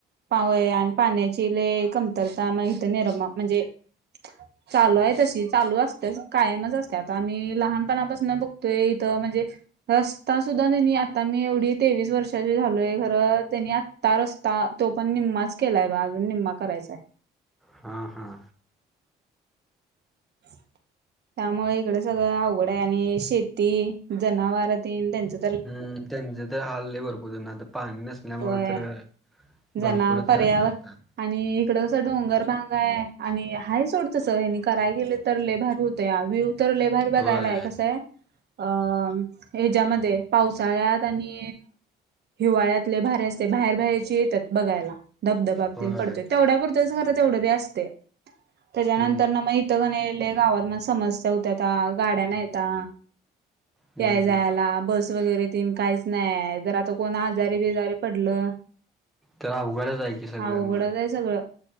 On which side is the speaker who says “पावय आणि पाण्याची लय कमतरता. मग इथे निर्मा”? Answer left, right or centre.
Right